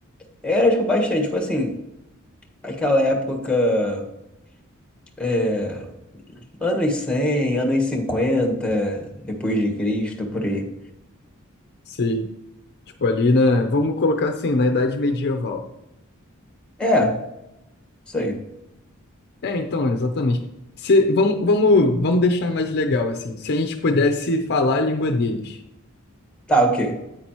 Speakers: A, in the centre; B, on the left (about 50°).
A: Era, tipo, bastante. Tipo assim, aquela época. É, anos 100, anos 50 depois de Cristo, por aí.
B: se, tipo, ali na, vamos colocar assim, na Idade Medieval.
A: É, isso aí.
B: É, então, exatamente. Se, vamos, vamos, vamos deixar mais legal, assim. Se a gente pudesse falar a língua deles.
A: Tá, ok.